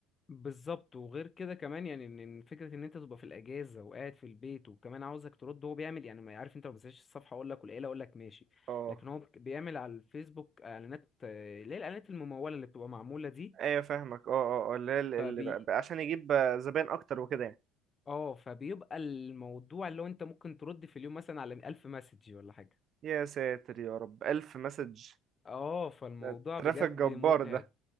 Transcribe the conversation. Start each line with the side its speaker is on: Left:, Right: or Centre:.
Left: بالظبط وغير كده كمان يعني ان إن فكره ان انت تبقى في الاجازه وقاعد في البيت وكمان عاوزك ترد هو بيعمل يعني ما عارف انت لو ما مسكتش الصفحه اقول لك والعيله اقول لك ماشي
Right: اه
Left: لكن هو بيعمل على الفيسبوك اعلانات آه، اللي هي الاعلانات المموله اللي بتبقى معموله دي
Right: ايوه فاهمك اه اه اه اللي هي اللي
Left: فبي
Right: اللي بقى- بقى عشان يجيب زباين اكتر وكده يعني
Left: اه فبيبقى الموضوع اللي هو انت ممكن ترد في اليوم مثلا على 1000 مسج ولا حاجه
Right: يا ساتر يا رب الف مسج
Left: اه فالموضوع
Right: ده ترافيك
Left: بجد
Right: جبار
Left: متعب
Right: ده